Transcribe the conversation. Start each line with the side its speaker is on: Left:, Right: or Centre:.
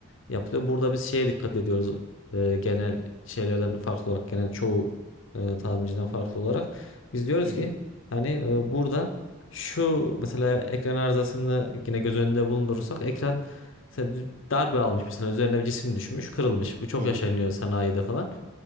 Left: yapılıyor. Burada biz şeye dikkat ediyoruz. e, genel şeylerden farklı olarak genel çoğu e, tamirciden farklı olarak biz diyoruz
Right: hı hı.
Left: ki hani e, burada şu mesela ekran arızasını yine göz önünde bulundurursak ekran mesela dü- darbe almış mesela üzerine bir cisim düşmüş kırılmış. Bu çok
Right: hı
Left: yaşanıyor
Right: hı.
Left: sanayide falan.